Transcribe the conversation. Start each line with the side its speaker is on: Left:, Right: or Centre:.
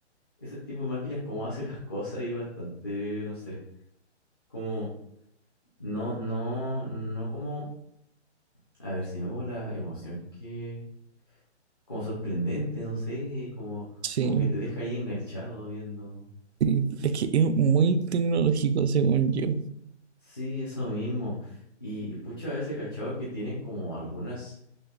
Left: ese tipo de máquinas cómo hace las cosas y es bastante, no sé, como, no, no, no como, a ver, sino como la emoción que, como sorprendente, no sé, como,
Right: Sí,
Left: como que te deja ahí enganchado viendo.
Right: sí. Es que es muy tecnológico, según yo.
Left: Sí, eso mismo. Y, y pucha, a veces, he cachado, que tienen como algunas